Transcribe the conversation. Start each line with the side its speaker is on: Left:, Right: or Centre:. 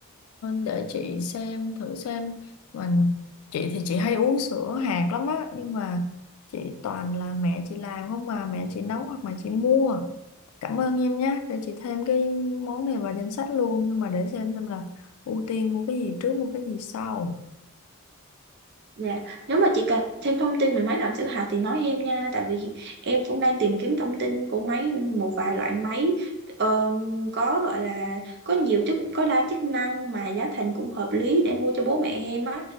Left: để chị xem, thử xem. Mình, chị thì chị hay uống sữa hạt lắm á. Nhưng mà chị toàn là mẹ chị làm không mà mẹ chị nấu hoặc mà chị mua. Cảm ơn em nhé. Để chị thêm cái món này vào danh sách luôn. Nhưng mà để xem xem là ưu tiên mua cái gì trước, mua cái gì sau.
Right: Dạ, Nếu mà chị cần thêm thông tin về máy làm sữa hạt thì nói em nha, tại vì em cũng đang tìm kiếm thông tin của máy một vài loại máy ờm, có gọi là có nhiều chức có đa chức năng mà giá thành cũng hợp lý để mua cho bố mẹ em á.